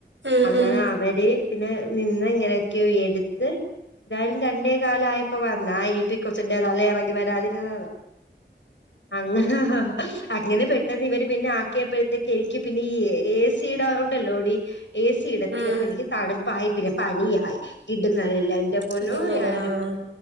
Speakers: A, on the right; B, on the left.
A: ഉം
B: അങ്ങനെ
A: ഉം
B: അവര് പിന്നെ നിന്ന് എങ്ങനെയൊക്കെ എടുത്ത് എന്തായാലും രണ്ട് കാല ആയപ്പോ വന്നാ ഈറ്റി കൊച്ചിന്റെ തല ഇറങ്ങി വരാതിരുന്നതാ അങ്ങനെ അങ്ങനെ പെട്ടെന്ന് ഇവര് പിന്നെ ആക്കിയപ്പോഴത്തേക്ക് എനിക്ക് പിന്നെ ഈ ഏ സിയുടെ ഉണ്ടല്ലോ ടി എ സി ഇടത്തില്ല
A: ഉം
B: അപ്പൊ എനിക്ക് തണുപ്പായി പിന്നെ പനിയായി ഇടുന്നല്ല എന്റെ പോന്നോ
A: കിടുങ്ങല്
B: ഞാനൊരു
A: ആഹ്